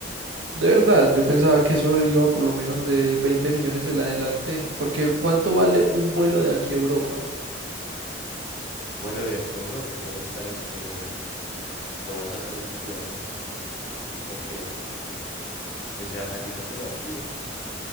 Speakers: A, on the right; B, on the left.
A: De verdad, yo pensaba que eso iba por lo menos de 20 millones en adelante, porque ¿cuánto vale un vuelo de aquí a Europa?
B: Un vuelo de aquí a Europa puede estar entre Dos a tres millones. Ok, pues ya analizándolo aquí,